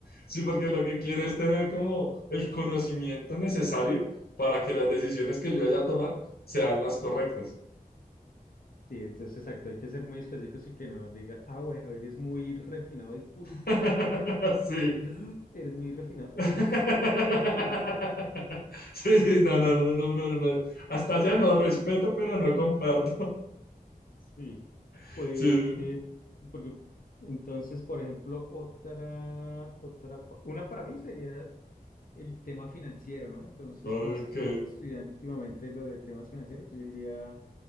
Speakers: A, on the left; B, on the left.
A: Sí, porque lo que quiero es tener como el conocimiento necesario para que las decisiones que yo vaya a tomar sean las correctas.
B: sí, entonces exacto, hay que ser muy específicos y que no diga, ah, bueno, eres muy refinado y culto,
A: <laughs>
B: <laughs>
A: Sí.
B: Bzz, eres muy refinado,
A: <laughs>
B: demasiado refinado y culto.
A: Sí, sí, no, no, no, no, no, no. Hasta allá no respeto, pero no comparto.
B: Sí,
A: <laughs>
B: pues,
A: Sí,
B: porque entonces, por ejemplo, otra, otra, pa- una para mí sería el tema financiero, ¿no? Entonces,
A: sí. ok,
B: como estoy estudiando últimamente lo de temas financieros, entonces yo diría,